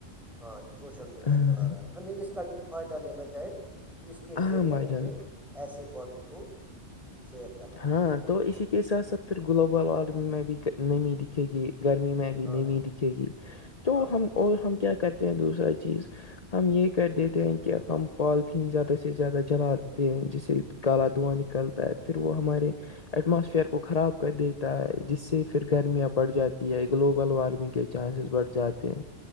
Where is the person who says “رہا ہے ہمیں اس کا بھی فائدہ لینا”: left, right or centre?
Centre